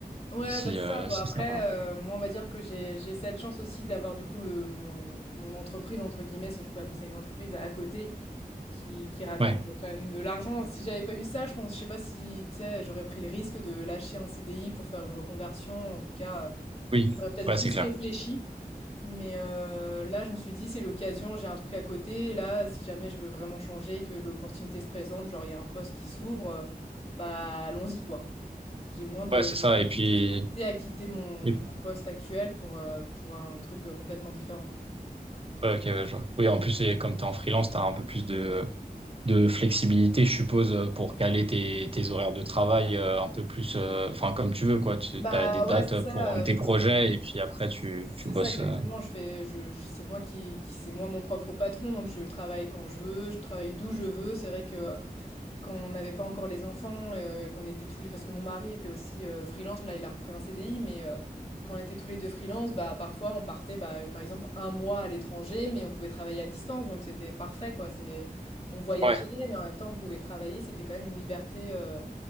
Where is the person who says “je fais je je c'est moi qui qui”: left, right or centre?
Left